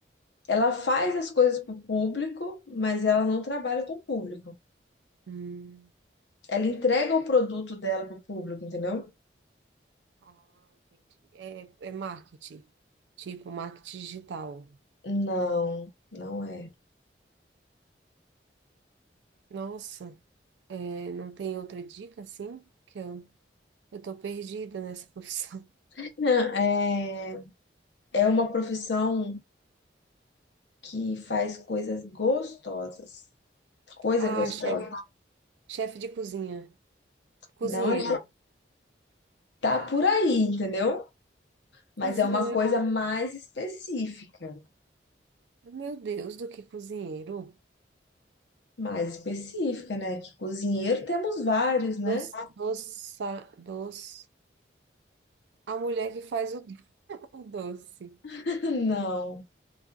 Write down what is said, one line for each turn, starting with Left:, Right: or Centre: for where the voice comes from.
Left: Ela faz as coisas para o público, mas ela não trabalha com o público.
Right: Hum,
Left: Ela entrega o produto dela para o público, entendeu?
Right: ah, entendi. É, é marketing, tipo, marketing digital.
Left: Não, não é.
Right: Nossa, é, não tem outra dica, assim? Que eu, eu tô perdida nessa <laughs> profissão.
Left: <laughs> É, é uma profissão que faz coisas gostosas. Coisa
Right: Ah,
Left: gostosa.
Right: chefe, chefe de cozinha, cozinheiro.
Left: Não é. Tá por aí, entendeu? Mas
Right: Cozinhão
Left: é uma
Right: é,
Left: coisa mais específica.
Right: meu Deus, do que cozinheiro?
Left: Mais específica, né? Que cozinheiro temos vários, né?
Right: Doce, doça, doce. A mulher que faz o, <laughs> o doce.
Left: <laughs> Não,